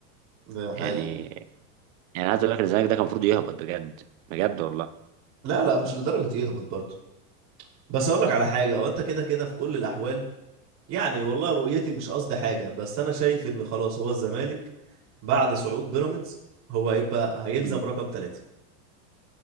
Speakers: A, on the right (about 35°); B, on the right (about 55°).
A: ده حقيقي
B: يعني يعني عايز اقول لك إن الزمالك ده كان المفروض يهبط بجد بجد والله
A: لا لا مش لدرجة يهبط برضه بس اقول لك على حاجة هو انت كده كده في كل الاحوال يعني والله رؤيتي مش قصدي حاجة بس انا شايف ان خلاص هو الزمالك بعد صعود بيراميدز هو هيبقى هيلزم
B: مم.
A: رقم ثلاثة